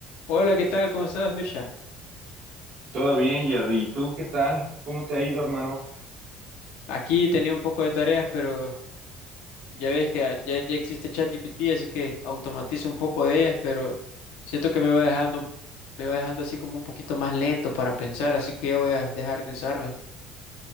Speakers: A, on the left; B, on the right.
A: Hola, ¿qué tal? ¿Cómo estás, Mirsha?
B: Todo bien, Jerry. ¿Y ¿Tú qué tal? ¿Cómo te ha ido, hermano?
A: Aquí tenía un poco de tareas, pero ya ves que ya, ya existe ChatGPT, así que automatizo un poco de ellas, pero siento que me va dejando, un- me va dejando así como un poquito más lento para pensar, así que ya voy a dejar de usarla.